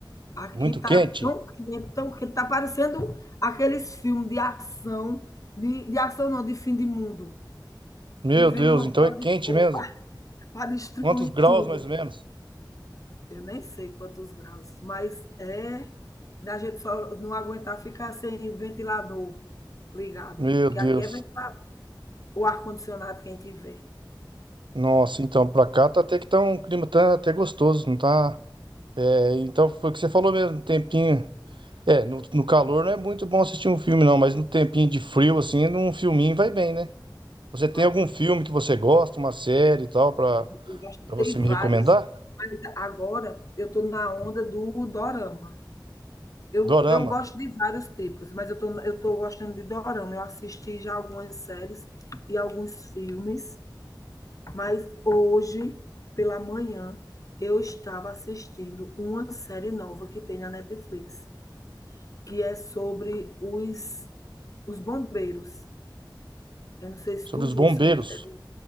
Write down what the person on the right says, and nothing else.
Muito
quente?
Meu
Deus,
então
é
quente
mesmo.
Quantos graus
mais ou menos?
Meu Deus.
Nossa, então pra cá tá até que tá um clima tá até gostoso, não tá? É, então foi o que você falou mesmo, um tempinho. É, no, no calor não é muito bom assistir um filme não, mas no tempinho de frio assim, num filminho vai bem, né? Você
tem algum
filme que você gosta, uma série e tal pra
para você
me recomendar?
Dorama.
Sobre
os
bombeiros.